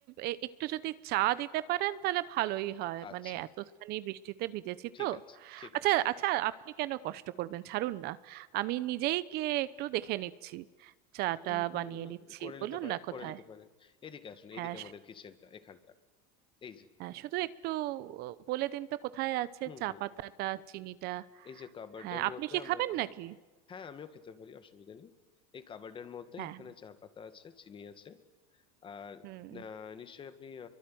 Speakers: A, on the right; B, on the left.
A: এ- একটু যদি চা দিতে পারেন তাহলে ভালোই হয়
B: আচ্ছা
A: মানে এতখানি বৃষ্টিতে ভিজেছি
B: ঠিক
A: তো
B: আছে ঠিক
A: আচ্ছা
B: আছে
A: আচ্ছা আপনি কেন কষ্ট করবেন ছাড়ুন না আমি নিজেই গিয়ে একটু দেখে নিচ্ছি চাটা
B: হুম হুম
A: বানিয়ে
B: হুম
A: নিচ্ছি
B: করে
A: বলুন
B: নিতে পারেন
A: না কোথায়
B: করে নিতে পারেন এদিকে আসুন
A: হ্যাঁ
B: এদিকে
A: স-
B: আমাদের কিচেনটা এখানটা এই যে
A: হ্যাঁ শুধু একটু বলে দিন তো কোথায় আছে
B: হুম
A: চা
B: হুম
A: পাতাটা চিনিটা
B: এই যে কাবার্ডের
A: হ্যাঁ আপনি
B: মধ্যে
A: কি
B: আমাদের
A: খাবেন নাকি
B: হ্যাঁ আমিও খেতে পারি অসুবিধা নেই এই কাবার্ডের মধ্যে
A: হ্যাঁ
B: এখানে চা পাতা আছে চিনি আছে আর
A: হুম
B: আহ, নিশ্চয়ই আপনি